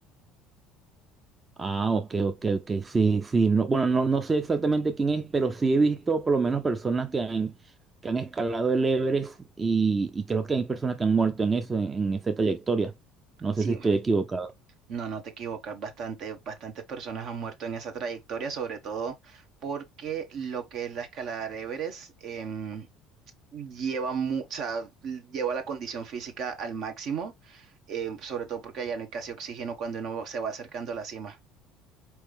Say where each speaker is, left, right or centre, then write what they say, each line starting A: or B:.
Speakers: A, on the right (about 25°); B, on the right (about 60°).
A: Ah, ok, ok, ok. Sí, sí. No, bueno, no, no sé exactamente quién es, pero sí he visto por lo menos personas que han, que han escalado el Everest y, y creo que hay personas que han muerto en eso, en, en esa trayectoria. No
B: Sí,
A: sé si estoy equivocado.
B: no, no te equivocas, bastante, bastantes personas han muerto en esa trayectoria, sobre todo porque lo que es la escalada de Everest, em, lleva, mu- o sea, lleva la condición física al máximo, eh, sobre todo porque allá no hay casi oxígeno cuando uno se va acercando a la cima.